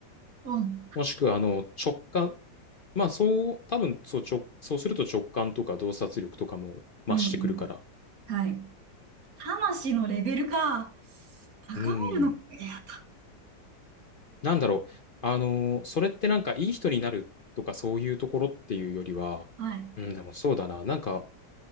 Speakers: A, on the right; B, on the left.
A: お、うん、
B: もしくはあの、直感、まあそう、多分そう直、そうすると直感とか洞察力とかも増してくるから、
A: うん。はい。魂のレベルか。高めるの、
B: うん、
A: いや、た、
B: なんだろう。あのーそれってなんかいい人になるとかそういうところっていうよりは、
A: <laughs> はい。
B: うん、でもそうだな。なんか、